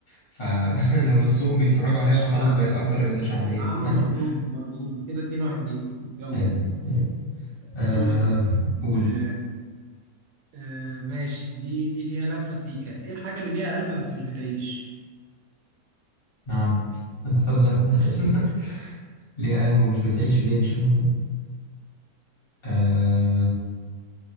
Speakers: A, on the left (about 40°); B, on the right (about 80°).
A: فلو <laughs> نصهم بيتفرجوا عليها
B: ماشي
A: فخلاص
B: يا عم
A: بقت اكتر رياضة شعبية
B: عم
A: في العالم
B: مردود مردودة كده اتنين واحد ليك
A: <laughs>
B: يلا
A: حلو حلو آه...
B: دوري
A: قول
B: آه آه ماشي دي دي فيها لفة سيكة ايه الحاجة اللي ليها قلب بس مش بتعيش
A: نعم <laughs> هتهزر معايا
B: <laughs>
A: بس. <laughs> ليها قلب ومش بتعيش ليه ان شاء الله آه...